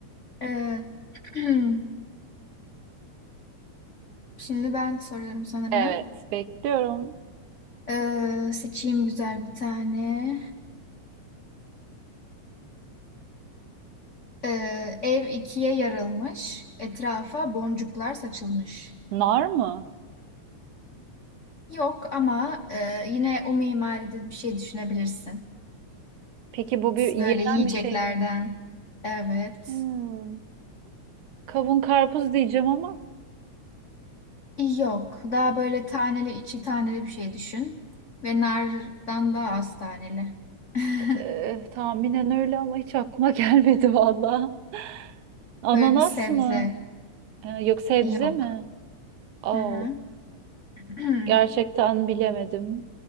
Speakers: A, on the left; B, on the right.
A: Ee, <clears throat> şimdi ben soruyorum sanırım.
B: Evet bekliyorum.
A: Ee, seçeyim güzel bir tane. Ee, ev ikiye yarılmış, etrafa boncuklar saçılmış.
B: Nar mı?
A: Yok ama e, yine o mimaride bir şey düşünebilirsin.
B: Peki bu bir yenen
A: Böyle yiyeceklerden.
B: bir şey mi?
A: Evet.
B: Hmm, kavun karpuz diyeceğim ama.
A: Yok. Daha böyle taneli, içi taneli bir şey düşün. Ve nardan daha az taneli. <laughs>
B: Ee, tahminen öyle ama hiç aklıma <laughs> gelmedi valla. Ananas
A: Böyle bir sebze.
B: mı? Ee, yok sebze
A: Yok.
B: mi? Oo,
A: Hı hı. <clears throat>
B: gerçekten bilemedim.